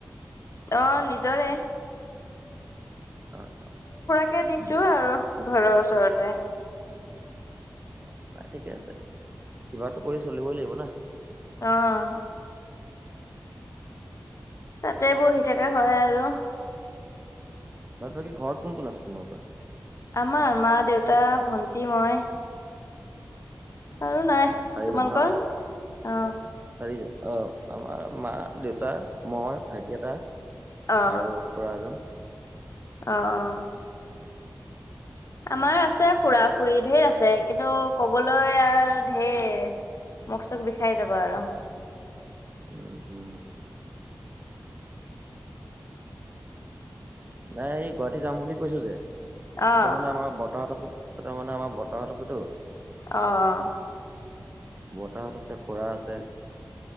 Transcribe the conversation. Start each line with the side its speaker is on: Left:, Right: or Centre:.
Left: অ নিজৰে
Right: অঁ অ।
Left: তাকে দিছোঁ আৰু ঘৰৰ ওচৰতে
Right: অ নাই ঠিকে আছে। কিবাটো কৰি চলিবই লাগিব না
Left: অহ তাতে বহি থাকা হয় আৰু
Right: ঘৰত কোন কোন আছে তোমাৰ পৰা
Left: আমাৰ মা দেউতা ভন্তি মই আৰু নাই
Right: অ চাৰিজন
Left: তোমালোকৰ
Right: ন
Left: অ
Right: চাৰিজন অহ আমাৰ মা দেউতা মই ভাইটি এটা
Left: অ
Right: আৰু খুৰা এজন
Left: অ অ আমাৰ আছে খুৰা খুুৰী ঢেৰ আছে কিন্তু ক'বলৈ আৰু ঢেৰ মোক চোক বিষাই যাবা আৰু।
Right: উ উ। নাই এই গুৱাহাটী যাম বুলি কৈছো যে তাত
Left: অ
Right: মানে আমাৰ বৰতাহত আছে। ত তাৰ মানে আমাৰ বৰতাহত আছেতো।
Left: আহ।
Right: বতাহত আছে খোৰা আছে